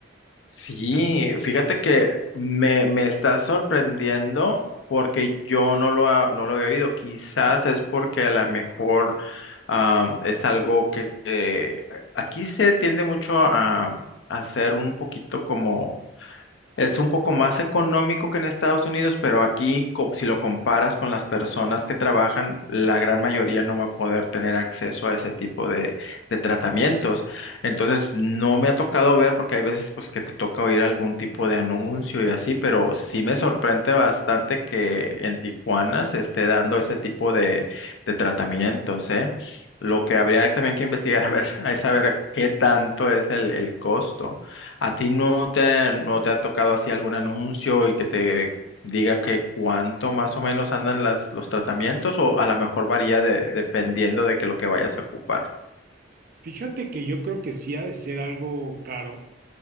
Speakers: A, on the left; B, on the right.
A: Sí, fíjate que me, me está sorprendiendo porque yo no lo, ha- no lo había oído. Quizás es porque a lo mejor ah, es algo que, que aquí se tiende mucho a, a ser un poquito como es un poco más económico que en Estados Unidos, pero aquí, co- si lo comparas con las personas que trabajan, la gran mayoría no va a poder tener acceso a ese tipo de, de tratamientos. Entonces, no me ha tocado ver, porque hay veces pues que te toca oír algún tipo de anuncio y así, pero sí me sorprende bastante que en Tijuana se esté dando ese tipo de, de tratamientos, ¿eh? Lo que habría también que investigar, <laughs> a ver, es saber qué tanto es el el costo. ¿A ti no te, no te ha tocado así algún anuncio y que te diga que cuánto más o menos andan las, los tratamientos o a lo mejor varía de- dependiendo de que lo que vayas a ocupar?
B: Fíjate que yo creo que sí ha de ser algo caro